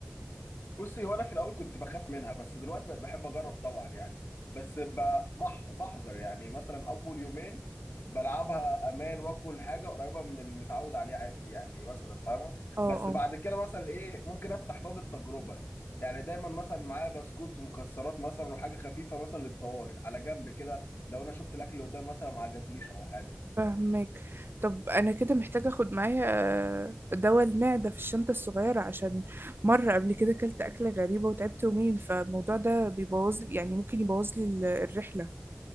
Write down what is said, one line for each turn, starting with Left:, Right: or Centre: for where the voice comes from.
Left: بصي هو انا في الاول كنت بخاف منها بس دلوقتي بقت بحب اجرب طبعا يعني بس ب- بح بحذر يعني مثلا اول يومين بلعبها امان واكل حاجه قريبه من اللي متعود عليه عادي يعني مثلا فاهمه
Right: اه
Left: بس
Right: اه
Left: بعد كده مثلا ايه ممكن افتح باب التجربه يعني دايما مثلا معايا بسكوت ومكسرات مثلا وحاجه خفيفه مثلا للطوارئ على جنب كده لو انا شفت الاكل اللي قدامي مثلا ما عجبنيش او حاجه
Right: فاهمك طب أنا كده محتاجة أخد معايا آه، دواء المعدة في الشنطة الصغيرة عشان مرة قبل كده أكلت أكلة غريبة وتعبت يومين فالموضوع ده بيبوظ يعني ممكن يبوظ لي ال- الرحلة